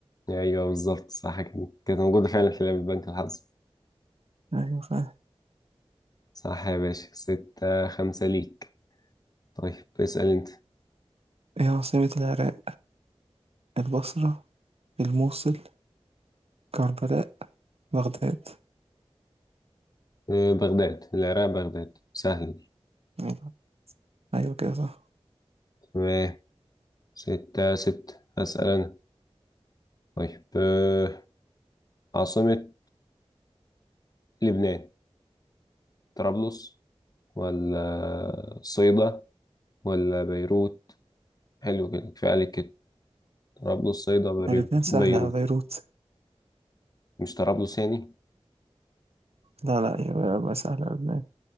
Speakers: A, on the left (about 35°); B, on the right (about 70°).
A: ايوه بالظبط صح كده كانت موجودة فعلا في لعبة بنك الحظ
B: أيوة فاهم
A: صح يا باشا ستة خمسة ليك طيب اسأل انت
B: إيه عاصمة العراق البصرة الموصل كربلاء بغداد
A: آه، بغداد العراق بغداد سهلة دي
B: أيوة أيوة كده صح
A: تمام ستة ستة أسأل أنا طيب آه، عاصمة لبنان طرابلس ولا صيدا ولا بيروت حلو كده كفاية عليك كده طرابلس صيدا بري-
B: لبنان سهلة
A: بيروت
B: بيروت
A: مش طرابلس يعني
B: لا لا يبقى يبقى سهلة لبنان